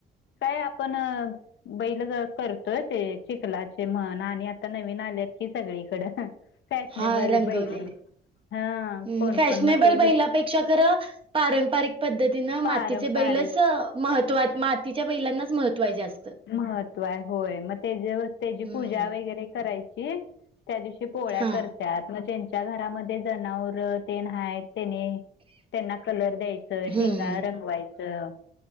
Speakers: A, on the left; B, on the right.
A: कायं आपणं बैल करतोय ते चिखलाचे म्हण आणि आता नवीन आलेत कि सगळीकडं फॅशनेबल
B: हा रंगवलेले
A: बैल हा कोण
B: फॅशनेबल
A: कोण मग ते विक
B: बैलापेक्षा खरं पारंपरिक पद्धतीनं
A: पारंपरिक
B: मातीचे बैलचं महत्त्व मातीच्या बैलांनाचं महत्त्वाचें असतं
A: महत्व आहे होय मगं ते त्यांची
B: हम्म.
A: पूजा वगैरें करायची त्यां दिवशी पोळ्यां
B: हा.
A: करतात मगं ज्यांच्या घरांमध्ये जनावरं ते नांय त्यांनी त्यांनां कलर द्यायचं
B: हम्म.
A: शेंगा रंगवायचं